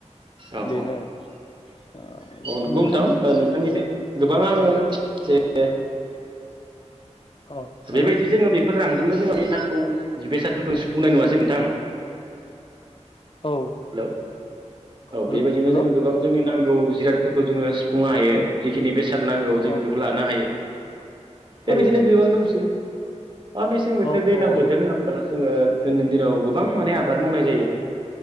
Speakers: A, on the right (about 40°); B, on the left (about 45°).
A: औ
B: बेनो ओ
A: औ नंगौ
B: नोंथां
A: ओ नोंथांनिफ्राय गोबां आङो <unintelligible>
B: अ हेल'
A: बेबायदि जोङो बेफोर रांदोंनो जोंनि नांगौ जिबेसारफोरखौ सु बुंनाय नुवासै नोंथां हेलौ
B: औ
A: औ
B: हेल'
A: बेबायदिनो जोङो गोबां जोंनि नां गौ जिरादफोरखौ जोङो सुफुंनो हायो जिखिनि बेसाद नांगौ
B: अ
A: जों बेफोरखौ लानो हायो बेबायदिनो
B: हायो हायो
A: गोबां
B: हायो
A: दंसै बा मेसें बोथोर
B: औ
A: दैज्लां
B: औ
A: बोथोर होनना होनबाल' जोङो दिनैनि दिनाव गोबां माने आबाद मावनाय जायो